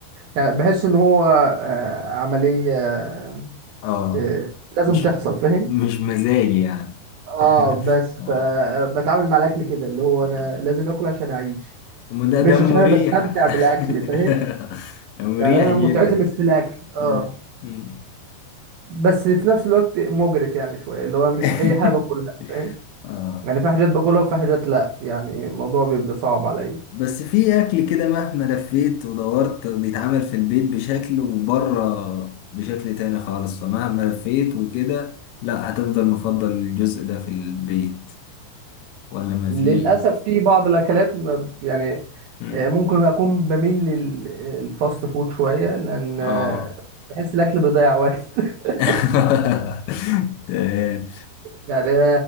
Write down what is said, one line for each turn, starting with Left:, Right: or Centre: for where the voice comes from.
Right: يعني بحس إن هو آه، عملية آه،
Left: اه
Right: آه، لازم
Left: مش
Right: تحصل فاهم
Left: مش مزاجي يعني
Right: اه
Left: <laughs>
Right: بس
Left: اه
Right: فبتعامل مع الأكل كده اللي هو
Left: اه
Right: أنا لازم آكل عشان أعيش
Left: أما ده
Right: مش
Left: ده مريح
Right: عشان أنا بستمتع بالأكل فاهم؟
Left: <laughs> ده مريح
Right: يعني انا
Left: جدا
Right: متعتي مش في الاكل اه
Left: مم. مم.
Right: بس في نفس الوقت مجرف يعني شويه اللي
Left: <laughs>
Right: هو مش اي حاجه باكلها فاهم
Left: اه
Right: يعني في حاجات باكلها وفي حاجات لا يعني الموضوع بيبقى صعب عليا
Left: بس في اكل كده مهما لفيت ودورت بيتعمل في البيت بشكل وبره بشكل تاني خالص فمهما لفيت وكده لا هتفضل مفضل الجزء ده في البيت ولا ما
Right: للاسف
Left: في
Right: في بعض الاكلات ما- ب- يعني
Left: مم.
Right: آه، ممكن اكون بميل للفاست فود شويه لان آه،
Left: اه
Right: بحس الاكل بيضيع وقت <laughs>
Left: <laughs> تمام.
Right: يعني انا